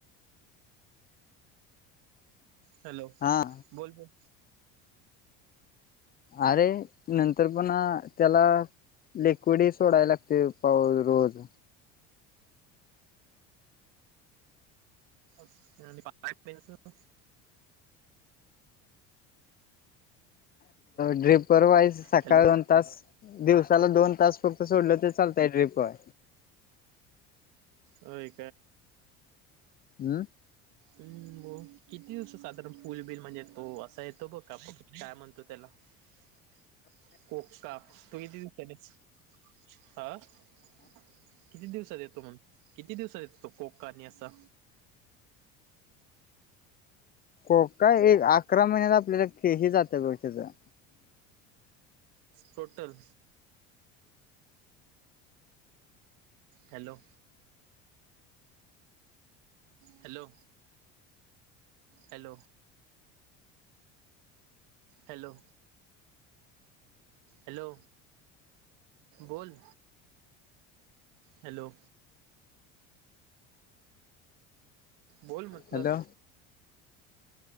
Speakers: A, on the right (about 70°); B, on the left (about 30°).
A: हॅलो
B: हा
A: बोल बोल,
B: अरे नंतर पण त्याला, लिक्विड ही सोडाय लागते पाऊ रोज,
A: आठ पेन सो <unintelligible>
B: ड्रिपर वाईस सकाळ,
A: हॅलो
B: दोन तास दिवस, चला दोन तास फक्त सोडलं ते चालतंय ड्रीपवर,
A: आय,
B: हम्म,
A: हम् हो किती दिवस साधारण फुलबिल म्हणजे, तो असा येतो बघ का काय म्हणतो त्याला, <unintelligible> कोक्का तू कती दिसतस हा <unintelligible> किती दिवसात येतो, मंग किती दिवसात येतो तो कोक काणी असा,
B: कोका एक अकरा महिन्यात आपल्याला केली जात, बघ असा,
A: टोटल, हॅलो! हॅलो हॅल? हॅलो हॅलो बोल, हॅलो! बोल म्हटलं,
B: हॅलो